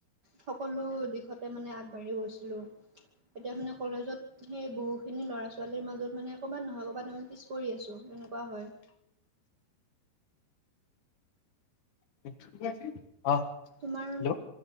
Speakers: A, on the right; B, on the left.
A: সকলো দিশতে মানে আগবাঢ়ি গৈছিলো। এতিয়া মানে কলেজত সেই বহুখিনি ল'ৰা ছোৱালীৰ মাজত মানে ক'ৰবাত নহয় ক'ৰবাত আমি পিছ পৰি কৰি আছোঁ, তেনেকুৱা হয়।
B: <unintelligible> অ
A: তোমাৰ
B: হেল্ল'